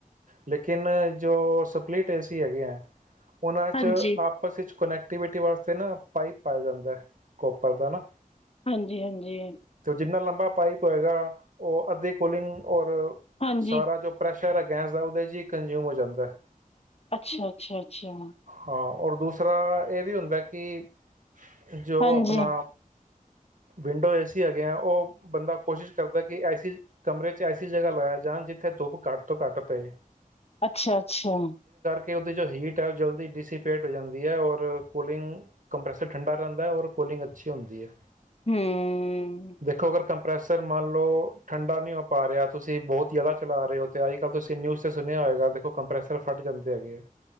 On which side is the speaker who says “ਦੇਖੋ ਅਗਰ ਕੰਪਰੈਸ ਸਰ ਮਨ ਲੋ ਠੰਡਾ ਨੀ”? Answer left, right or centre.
Right